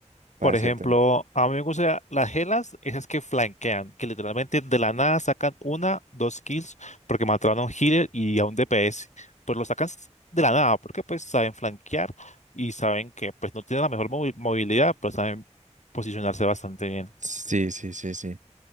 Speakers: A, on the right (about 90°); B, on the left (about 75°).
A: para
B: Por ejemplo,
A: ser tan,
B: a mí me gustan las helas, esas que flanquean, que literalmente de la nada sacan una, dos kills, porque mataron a un healer y a un DPS. Pues lo sacan s- de la nada, porque pues saben flanquear y saben que pues no tienen la mejor movi- movilidad, pero saben posicionarse bastante bien.
A: Sí, sí, sí, sí.